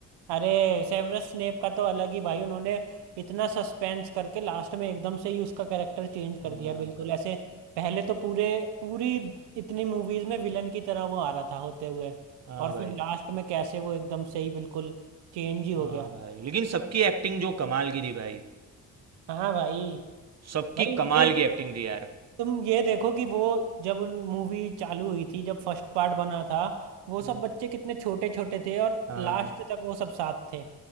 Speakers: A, on the right; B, on the right.
A: अरे सेवरस स्नेप का तो अलग ही भाई उन्होंने इतना सस्पेंस करके लास्ट में एकदम से ही उसका कैरेक्टर चेंज
B: हाँ
A: कर दिया बिल्कुल
B: भाई
A: ऐसे पहले तो पूरे पूरी इतनी मूवीज में विलन की तरह वो आ रहा था होते हुए
B: हाँ
A: और
B: भाई
A: फिर लास्ट में कैसे वो एकदम से ही बिल्कुल चेंज ही हो
B: हाँ
A: गया
B: भाई लेकिन सबकी एक्टिंग जो कमाल की थी भाई
A: हाँ भाई
B: सबकी
A: भाई
B: कमाल
A: ये
B: की एक्टिंग थी यार
A: तुम ये देखो कि वो जब उन मूवी चालू हुई थी जब फर्स्ट पार्ट बना था वो
B: हम्म।
A: सब बच्चे कितने छोटे छोटे थे और
B: हाँ
A: लास्ट तक वो सब साथ थे